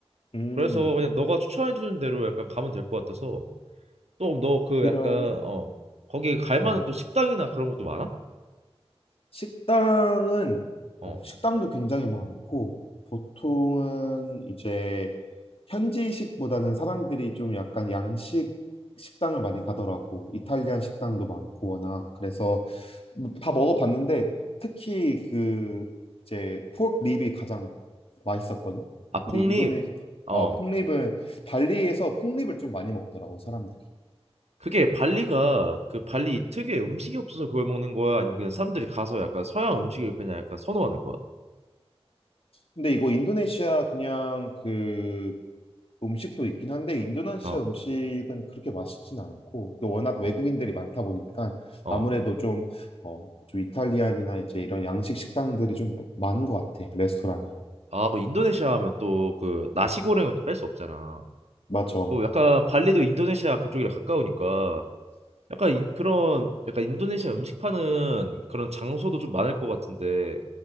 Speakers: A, on the left; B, on the right.
A: 음,
B: 그래서 그냥 너가 추천해 주는 대로 약간 가면 될 것 같아서 또 너 그
A: 그러면,
B: 약간 어 거기 갈 만한
A: 어,
B: 또 식당이나 그런 것도 많아?
A: 식당은
B: 어.
A: 어, 식당도 굉장히 많고 보통은 이제 현지식보다는 사람들이 좀 약간 양식 식당을 많이 가더라고. 이탈리안 식당도 많고 워낙 그래서 뭐다 먹어봤는데 특히 그 이제 포크 립이 가장 맛있었거든.
B: 아,
A: 근데
B: 폭립.
A: 인도네
B: 어.
A: 어, 폭립은 발리에서 폭립을 좀 많이 먹더라고 사람들이.
B: 그게 발리가 그 발리 특유의 음식이 없어서 그걸 먹는 거야? 아니면 그냥 사람들이 가서 약간 서양 음식을 그냥 약간 선호하는 거야?
A: 근데 이거 인도네시아 그냥 그 음식도 있긴 한데 인도네시아
B: 어,
A: 음식은 그렇게 맛있진 않고 그 워낙
B: 어,
A: 외국인들이 많다 보니까
B: 어.
A: 아무래도 좀, 어, 좀 이탈리안이나 이제 이런 양식 식당들이 좀 많은 것 같아 레스토랑이
B: 아, 그 인도네시아 하면 또 그 나시고랭을 또 뺄 수 없잖아.
A: 맞아
B: 어, 약간 발리도 인도네시아 그쪽이랑 가까우니까 약간 인- 그런 약간 인도네시아 음식 파는 그런 장소도 좀 많을 것 같은데